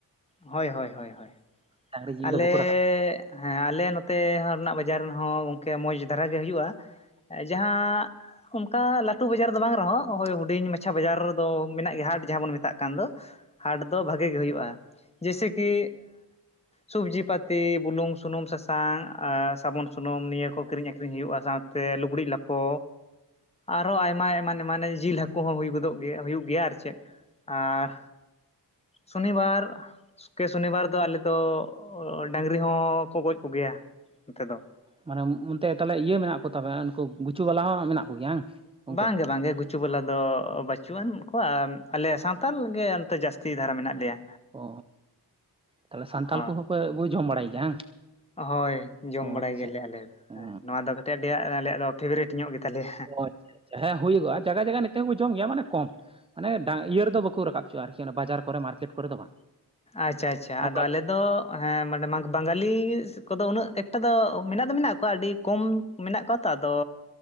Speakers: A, on the left; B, on the right.
A: ᱦᱳᱭ ᱦᱳᱭ ᱦᱳᱭ ᱦᱳᱭ
B: ᱰᱟᱹᱝᱨᱤ ᱡᱤᱞ
A: ᱟᱞᱮ
B: ᱫᱚ ᱵᱟᱠᱚ ᱨᱟᱠᱟᱵ
A: ᱦᱮᱸ ᱟᱞᱮ ᱱᱚᱛᱮ ᱨᱮᱱᱟᱜ ᱵᱟᱡᱟᱨ ᱦᱚᱸ ᱜᱚᱝᱠᱮ ᱢᱚᱡᱽ ᱫᱷᱟᱨᱟ ᱜᱮ ᱦᱩᱭᱩᱜ-ᱟ ᱡᱟᱦᱟᱸ ᱚᱱᱠᱟ ᱞᱟᱹᱴᱩ ᱵᱟᱡᱟᱨ ᱫᱚ ᱵᱟᱝ ᱨᱮᱦᱚᱸ ᱦᱳᱭ ᱦᱩᱰᱤᱧ ᱢᱟᱪᱷᱟ ᱵᱟᱡᱟᱨ ᱫᱚ ᱢᱮᱱᱟᱜ ᱜᱮᱭᱟ ᱦᱟᱴ ᱡᱟᱦᱟᱸ ᱵᱚᱱ ᱢᱮᱛᱟᱜ ᱠᱟᱱ ᱠᱟᱱ ᱫᱚ ᱦᱟᱴ ᱫᱚ ᱵᱷᱟᱜᱮ ᱜᱮ ᱦᱩᱭᱩᱜ-ᱟ ᱡᱮᱭᱥᱮ ᱠᱤ ᱥᱚᱵᱽᱡᱤ ᱯᱟᱹᱛᱤ ᱵᱩᱞᱩᱝ ᱥᱩᱱᱩᱢ ᱥᱟᱥᱟᱝ ᱥᱟᱵᱚᱱ ᱥᱩᱱᱩᱢ ᱱᱤᱭᱟᱹ ᱠᱚ ᱠᱤᱨᱤᱧ ᱟᱹᱠᱷᱨᱤᱧ ᱦᱩᱭᱩᱜ-ᱟ ᱥᱟᱶᱛᱮ ᱛᱮ ᱞᱩᱜᱽᱲᱤᱡ ᱞᱟᱯᱚ ᱟᱨᱦᱚᱸ ᱟᱭᱢᱟ ᱮᱢᱟᱱ ᱢᱟᱱᱮ ᱡᱤᱞ ᱦᱟᱹᱠᱩ ᱦᱚᱸ ᱦᱩᱭ ᱜᱚᱫᱚᱜ ᱜᱮᱭᱟ ᱦᱩᱭᱩᱜ ᱜᱮᱭᱟ ᱟᱨ ᱪᱮᱫ ᱟᱨ ᱥᱚᱱᱤᱵᱟᱨ ᱠᱮ ᱥᱚᱱᱤᱵᱟᱨ ᱫᱚ ᱟᱞᱮ ᱫᱚ ᱰᱟᱹᱟᱝᱨᱤ ᱦᱚᱸ ᱠᱚ ᱜᱚᱡ ᱠᱚᱜᱮᱭᱟ ᱱᱚᱛᱮ ᱫᱚ
B: ᱢᱟᱱᱮ ᱚᱱᱛᱮ ᱛᱟᱦᱚᱞᱮ ᱤᱭᱟᱹ ᱢᱮᱱᱟᱜ ᱠᱚ ᱛᱮ ᱩᱱᱠᱩ ᱜᱩᱪᱩ ᱵᱟᱞᱟ ᱦᱚᱸ ᱢᱮᱱᱟᱜ ᱠᱚᱜᱮᱭᱟ ᱵᱟᱝ? ᱜᱚᱝᱠᱮ
A: ᱵᱟᱝ ᱜᱮ ᱵᱟᱝ ᱜᱮ ᱜᱩᱪᱩ ᱵᱟᱞᱟ ᱫᱚ ᱵᱟᱹᱪᱩᱜ ᱟᱱ ᱠᱚᱣᱟ ᱟᱞᱮ ᱥᱟᱱᱛᱟᱞ ᱜᱮ ᱚᱱᱛᱮ ᱡᱟᱹᱥᱛᱤ ᱫᱷᱟᱨᱟ ᱢᱮᱱᱟᱜ ᱞᱮᱭᱟ
B: ᱚ ᱛᱟᱦᱞᱮ ᱥᱟᱱᱛᱟᱞ
A: ᱦᱳᱭ
B: ᱠᱚᱜᱮ ᱯᱮ <unintelligible> ᱡᱚᱢ ᱵᱟᱲᱟᱭ ᱜᱮᱭᱟ ᱵᱟᱝ?
A: ᱦᱳᱭ ᱡᱚᱢ
B: ᱚ
A: ᱵᱟᱲᱟᱭ
B: ᱟᱪᱪᱷᱟ
A: ᱜᱮᱭᱟᱞᱮ ᱟᱞᱮ ᱫᱚ,
B: ᱚ
A: ᱦᱮᱸ ᱱᱚᱣᱟ ᱫᱚ ᱠᱟᱹᱴᱤᱡ ᱟᱞᱮᱭᱟᱜ ᱫᱚ ᱯᱷᱮᱵᱟᱨᱮᱴ ᱧᱚᱜ ᱜᱮᱛᱟᱞᱮᱭᱟ
B: ᱚ ᱟᱪᱪᱷᱟ ᱟᱪᱷᱟ ᱦᱮᱸ ᱦᱩᱭᱩᱜᱚᱜᱼᱟ ᱡᱟᱜᱟ ᱡᱟᱜᱟ ᱱᱤᱛᱚᱜ ᱦᱚᱸ ᱡᱚᱢ ᱜᱮᱭᱟ ᱢᱟᱱᱮ ᱠᱚᱢ ᱢᱟᱱᱮ ᱰᱟᱝ ᱤᱭᱟᱹ ᱨᱮᱫᱚ ᱵᱟᱠᱚ ᱨᱟᱠᱟᱵᱽ ᱪᱚᱣᱟᱜᱼᱟ ᱟᱨᱠᱤ ᱚᱱᱟ ᱵᱟᱡᱟᱨ ᱠᱚᱨᱮ ᱢᱟᱨᱠᱮᱴ ᱠᱚᱨᱮ ᱫᱚ ᱵᱟᱝ
A: ᱟᱪᱪᱷᱟ ᱟᱪᱪᱷᱟ
B: ᱞᱳᱠᱟᱞ
A: ᱟᱫᱚ ᱟᱞᱮ
B: ᱨᱮᱜᱮ
A: ᱫᱚ ᱦᱮᱸ ᱢᱟᱱᱮ ᱢᱟᱜᱷ ᱵᱟᱝᱜᱟᱞᱤᱥ ᱠᱚᱫᱚ ᱩᱱᱟᱹᱜ ᱮᱠᱴᱟ ᱫᱚ ᱢᱮᱱᱟᱜ ᱫᱚ ᱢᱮᱱᱟᱜ ᱠᱚᱣᱟ ᱟᱹᱰᱤ ᱠᱚᱢ ᱢᱮᱱᱟᱜ ᱠᱚᱣᱟ᱾ ᱛᱟᱫᱚ